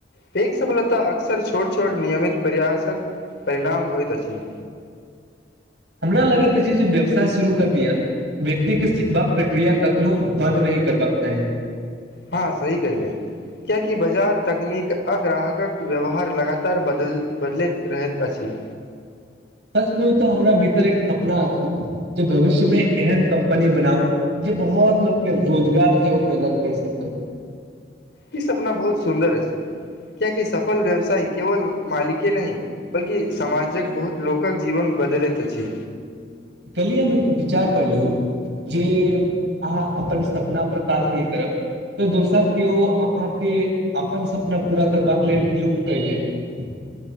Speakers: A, on the left (about 75°); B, on the right (about 75°).
A: पैघ सफलता अक्सर छोट छोट नियमित प्रयासक परिणाम होइत अछि।
B: हमरा लगैत अछि जे व्यवसाय शुरू करनीए, व्यक्तिके सिखबाक प्रक्रिया कखनहु बन्द नहि करबाक चाही।
A: हां, सही कयलियै, किएकि बाजार तकनीक आ ग्राहकक व्यवहार लगातार बदलल बदलैत रहैत अछि।
B: सच कहु त हमरा भितर एक सपना अछि जे भविष्यमे एहन कम्पनी बनाउ जे बहुत लोकके रोजगार सेहो प्रदान कय सकै।
A: इ सपना बहुत सुन्दर अछि, कियाकि सफल व्यवसाय केवल मालिके नहि बल्कि समाजक बहुत लोकक जीवन बदलैत अछि।
B: काल्हिये हम एक विचार पढ़लहुं जे अहाँ अपन सपना पर काज नहि करब त दोसर केओ अहाँके अपन सपना पुरा करबाक लेल नियुक्त कय लेत।